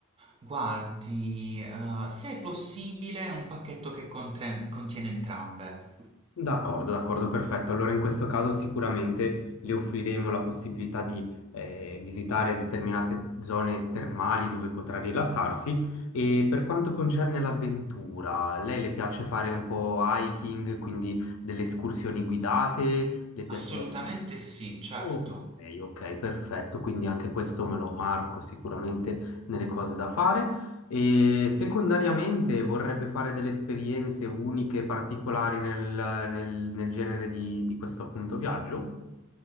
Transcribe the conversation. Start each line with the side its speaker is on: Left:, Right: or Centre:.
Right: Guardi, eh, se è possibile, un pacchetto che contre- contiene entrambe.
Left: D'accordo, d'accordo, perfetto. Allora in questo caso sicuramente le offriremo la possibilità di eh, visitare determinate zone termali dove potrà rilassarsi. E per quanto concerne l'avventura, lei le piace fare un po' hiking, quindi delle escursioni guidate? Le piacerebbe?
Right: Assolutamente sì, certo.
Left: Oh, Ok, ok, perfetto, quindi anche questo me lo marco sicuramente nelle cose da fare. E secondariamente vorrebbe fare delle esperienze uniche, particolari nel, nel- nel genere di, di questo appunto viaggio?